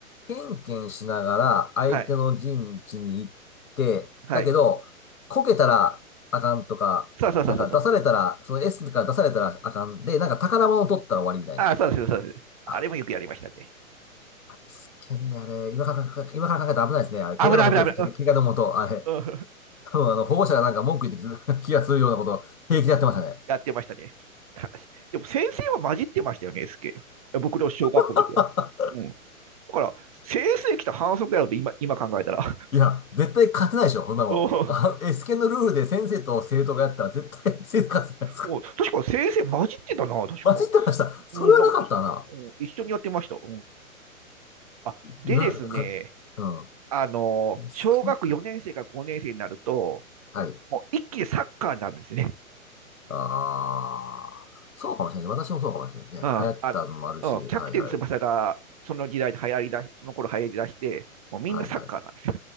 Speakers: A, on the left (about 70°); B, on the right (about 25°).
A: ケンケンしながら、相手の陣地に行って、
B: はい。はい。
A: だけど、こけたらあかんとか、
B: そうそうそうそうそう。
A: なんか出されたら、その S から出されたらあかんで、なんか宝物を取ったら終わりみたいな。
B: ああ、そうです、そうです。
A: あ、
B: あれもよくやりましたね。
A: S 剣ね、あれ、今から今から考えたら危ないですね。あれ、怪我のもとです。
B: 危ない、危ない、危ない。
A: け怪我のもと、あれ。
B: うんうん
A: 多分あの、保護者がなんか文句言ってき <laughs> 気がするようなことを平気でやってましたね。
B: <laughs> やってましたね。かでも先生は混じってましたよね、SK。僕の小学校の時は。
A: <laughs>
B: うん。だから、先生来た反則やろと今、今考えたら。
A: いや、絶対勝てないでしょ、こんなもん。
B: <laughs> うん
A: <laughs> あの、S ケのルールで先生と生徒がやったら絶対先生勝つじゃないですか。
B: うん確か先生混じってたな、
A: <laughs>
B: 確か。
A: 混じってました。それはなかったな。
B: うん、なんかい、うん、一緒にやってました。うん、あ、でですね、
A: 今、か、う
B: あの、
A: ん。S
B: 小学4年生から5年生になると、
A: ケだったな。はい。
B: もう一気にサッカーになるんですね。
A: ああ、そうかもしれない。私もそうかもしれないね。
B: ああ、
A: 流行ったのもあるし、
B: うんキャプテン翼がその時代に流行りだし、
A: はいはい。
B: その頃流行りだして、もうみんなサッカーなんですよ。
A: はいはい。